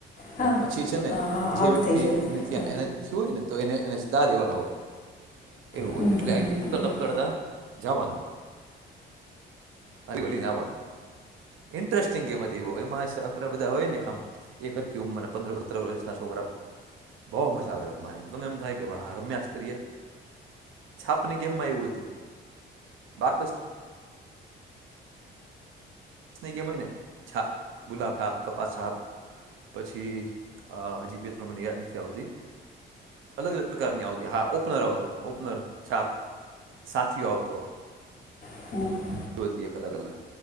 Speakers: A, on the left; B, on the right.
A: હા
B: અને પછી છે ને
A: હા હા
B: જે
A: આઉટ
B: વ્યક્તિ
A: થઈ જાય
B: એનીથી
A: હમ
B: એનાથી થયું હોય ને તો એને એને સદા દેવાનો હોય એવું
A: હા
B: હોય
A: હા
B: એટલે અહીથી કુતરતા કુતરતા જાવાનું, અરે ઓલી આવાનું ઇન્ટરેસ્ટિંગ ગેમ હતી, બહુ એમાં છોકરા બધા હોય ને આમ એક હ કે ઉમર પંદર, સતર વર્ષ ના છોકરાઓ બહુ મજા આવે રમવાની તમે એમ થાય કે હા રમ્યા જ કરીએ, ઐછાપની ગેમમાં એવું હતું બાકસ દસની ગેમ હોય ને છાપ ગુલાબ, છાપ કપાસ છાપ પછી હજી બે, ત્ર મને યાદ નથી આવતી અલગ અલગ પ્રકારની આવતી, હા ઓપનર આવતું, ઓપનર છાપ સાથીઓ આવતો
A: <inaudible>
B: જો એક અલગ અલગ